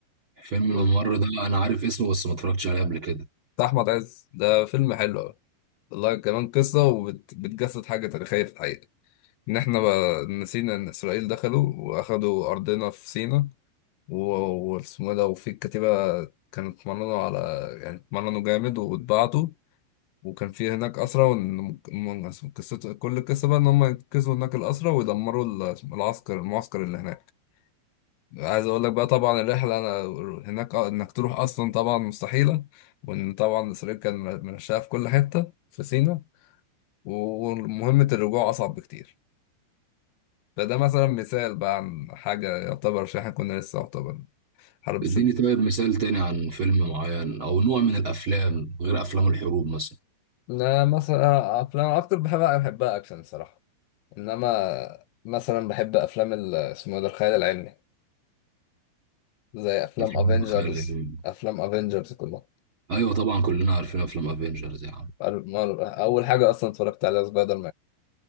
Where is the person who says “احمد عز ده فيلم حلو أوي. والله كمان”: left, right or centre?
Left